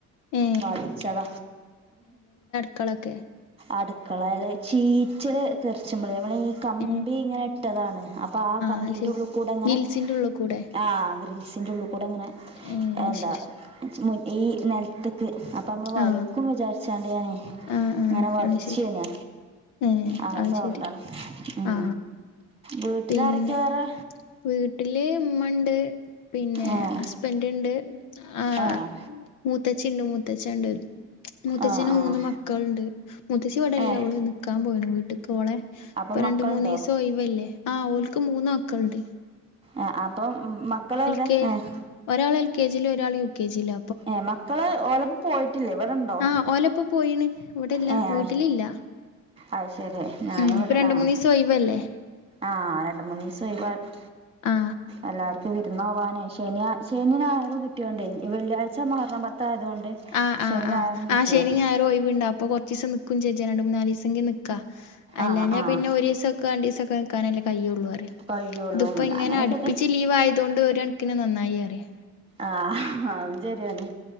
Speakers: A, on the left; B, on the right.
A: ഏ
B: വലിച്ചത.
A: ക്കളൊക്കെ,
B: അടുക്കളേൽ ചീച്ചൽ തെർച്ചുംപള് മണീ കമ്പി
A: ഏ
B: ഇങ്ങനെ ഇട്ടതാണ് അപ്പൊ ആ കമ്പിന്റെ
A: അത് ശരി
B: ഉള്ളിൽ കൂടെ ഇങ്ങനെ,
A: ഗിൽസിന്റെ ഉള്ളിൽ കൂടെ
B: ആഹ്, ഗ്രീൽസിന്റെറ ഉള്ളിൽ കൂടെ ങ്ങനെ
A: ഏ അത്
B: എന്താ,
A: ശരി
B: ഈ നെൽത്ത്ക്ക് അപ്പൊ മ്മള് വഴിക്കും
A: ആ
B: വിചാരിച്ചാണ്ടാനേ,
A: ആ ആ
B: ഇങ്ങനെ വടിച്ചേയ്നാ,
A: അത് ശരി ഏ
B: ആ
A: അത്
B: സൗണ്ടാണ്,
A: ശരി
B: ഉം
A: ആ
B: വീട്ടിലാരൊക്കെ
A: പിന്നെ
B: വേറെ,
A: വീട്ടില് ഉമ്മ ഉണ്ട് പിന്നെ
B: ഏഹ്
A: ഹസ്ബൻറ് ഉണ്ട്, ആ്
B: ആഹ്
A: മൂത്തച്ചിണ്ട് മൂത്തച്ഛണ്ട്. മൂത്തഛന്
B: ആഹ് ആഹ്
A: മൂന്ന് മക്കൾണ്ട് മുത്തച്ചി ഇവിടെല്ല
B: ഏഹ്
A: ഓള് ന്ക്കാൻ പോയിന് വീട്ടക്ക് ഓളെ,
B: അപ്പം
A: പ്പ രണ്ട്,
B: മക്കളുണ്ടോ
A: മൂന്നീസം ഒയിവല്ലേ ആഹ് ഓൽക്ക് മൂന്ന്മക്കൾണ്ട്.
B: ആഹ് അപ്പം മക്കളെവിടെ
A: കെ
B: ഏഹ്,
A: ഒരാള് എൽ കെ ജിൽ ഒരാള് യു കെ ജിയില.
B: ഏഹ് മക്കള് ഓലപ്പം പോയിട്ടില്ലേ ഇവിടെണ്ടോ?
A: ആ ഓലപ്പോ പോയിണ് ഇവിടെല്ല
B: ഏഹ്
A: വീട്ടിലില്ല,
B: അത് ശരി ഞാനിവിടെ
A: ഉം ഇപ്പ രണ്ട്
B: ആഹ്
A: മൂന്നിസ, ഒയ് വല്ലേ,
B: ആഹ് രണ്ട് മൂന്ന് ദിവസം ഒഴിവായപ്പൊ,
A: ആ
B: എല്ലാർക്കും വിരുന്ന് പോകാനേ ശനി ശെനി ഞായറും കിട്ടിയോണ്ട് വെള്ളിയാഴ്ച മുഹറം പത്തായതുകൊണ്ട്,
A: ആഹ്
B: ശനി
A: ആഹ്
B: ഞായറും
A: ആഹ്
B: കിട്ടിയേ
A: ആഹ് ശെനി ഞായറും ഒഴിവുണ്ട് അപ്പൊ കൊ ച്ചീസം നിക്കുംചേച്ചാ രണ്ട്, മൂനാലീസം നിക്കാ അല്ലാഞാ
B: ആഹ് ആഹ്
A: പിന്നെ ഒറീസൊ രണ്ടീസൊക്കെ നിക്കാനല്ലേ കയുള്ളൂറിയ
B: കഴിയുള്ളൂ
A: ഇത്പ്പോ ഇങ്ങന
B: അങ്ങനെയൊക്കെത്തെ
A: അടുപ്പിച്ച് ലീവായ അതോണ്ട് ഒരണക്കിന് നന്നായി അറിയാ
B: ആഹ് ആവും ശരിയാണ്